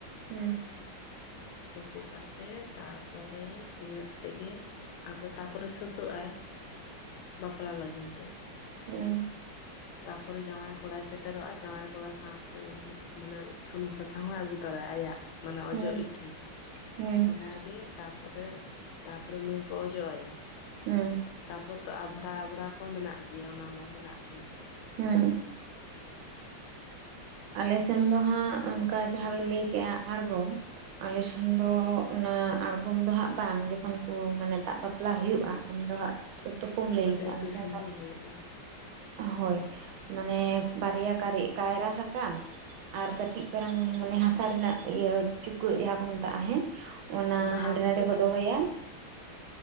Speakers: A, on the right; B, on the left.
A: ᱦᱩᱸ᱾
B: ᱛᱩᱯᱳ ᱠᱟᱛᱮᱫ ᱛᱟᱨᱯᱚᱨᱮ ᱤᱱᱟᱹᱜ ᱛᱮᱜᱮ ᱟᱫᱚ ᱛᱟᱨᱯᱚᱨᱮ ᱥᱟᱹᱛᱟᱹᱜ ᱟᱭ ᱵᱟᱯᱞᱟ ᱞᱟᱹᱜᱤᱱ ᱛᱮ
A: ᱦᱮᱸ᱾
B: ᱛᱟᱯᱚᱨᱮ ᱡᱟᱶᱟᱭ ᱠᱚᱲᱟᱭ ᱥᱮᱴᱮᱨᱚᱜᱼᱟ ᱡᱟᱶᱟᱭ ᱠᱚᱲᱟ ᱥᱟᱶᱛᱮ ᱩᱱᱤ ᱢᱟᱱᱮ ᱥᱩᱱᱩᱢ ᱥᱟᱥᱟᱝ ᱦᱚᱸᱭ ᱟᱹᱜᱩ ᱛᱟᱨᱟᱭᱟ ᱟᱭᱟᱜ, ᱢᱟᱱᱮ
A: ᱦᱩᱸ
B: ᱚᱡᱚᱜ ᱤᱴᱷᱟᱹ
A: ᱦᱩᱸ
B: ᱚᱱᱟᱜᱮ ᱛᱟᱨᱯᱚᱨᱮ ᱛᱟᱨᱯᱚᱨᱮ ᱱᱩᱭ ᱠᱚ ᱚᱡᱚᱜ ᱟᱭᱟ,
A: ᱦᱩᱸ᱾
B: ᱛᱟᱯᱚᱨ ᱛᱚ ᱟᱵᱲᱟ ᱟᱵᱲᱟ ᱠᱚ ᱢᱮᱱᱟᱜ ᱜᱮᱭᱟ ᱚᱱᱟ ᱢᱟ ᱢᱮᱱᱟᱜ ᱜᱮ᱾
A: ᱦᱩᱸ᱾ ᱟᱞᱮ ᱥᱮᱱ ᱫᱚ ᱦᱟᱸᱜ ᱚᱱᱠᱟ ᱡᱟᱦᱟᱸ ᱵᱮᱱ ᱞᱟᱹᱭ ᱠᱮᱜᱼᱟ ᱟᱬᱜᱚᱢ, ᱟᱞᱮᱥᱱ ᱫᱚ ᱚᱱᱟ ᱟᱬᱜᱚᱢ ᱫᱚ ᱦᱟᱸᱜ ᱵᱟᱝ ᱡᱚᱠᱷᱚᱱ ᱠᱚ ᱢᱟᱱᱮ ᱫᱟᱜ ᱵᱟᱯᱞᱟ ᱦᱩᱭᱩᱜᱼᱟ ᱟᱢ ᱫᱚ ᱦᱟᱸᱜ ᱛᱩᱯᱩᱢ ᱞᱟᱹᱭ
B: ᱟᱫᱚ
A: ᱠᱟᱜᱼᱟ,
B: ᱤᱛᱩᱫ
A: ᱟᱞᱮ ᱥᱮᱫ
B: ᱥᱤᱸᱫᱩᱨ
A: ᱫᱚ
B: ᱦᱩᱭᱩᱜᱼᱟ
A: ᱦᱚᱭ, ᱢᱟᱱᱮ ᱵᱟᱨᱭᱟ ᱠᱟᱨᱮ ᱠᱟᱭᱨᱟ ᱥᱟᱠᱟᱢ ᱟᱨ ᱠᱟᱹᱴᱤᱡ ᱯᱮᱲᱟᱝ ᱢᱟᱱᱮ ᱦᱟᱥᱟ ᱨᱮᱱᱟᱜ ᱤᱭᱟᱹ ᱪᱩᱠᱟᱹᱜ ᱡᱟᱦᱟᱸ ᱠᱚ ᱢᱮᱛᱟᱜᱼᱟ ᱦᱮᱸ ᱚᱱᱟ
B: ᱵᱟ
A: ᱦᱟᱸᱰᱮ
B: ᱟᱞᱮ ᱥᱮᱫ
A: ᱱᱟᱰᱮ
B: ᱫᱚ
A: ᱠᱚ
B: ᱜᱟᱨᱟᱥᱟᱢ
A: ᱫᱚᱦᱚᱭᱟ,
B: ᱫᱚ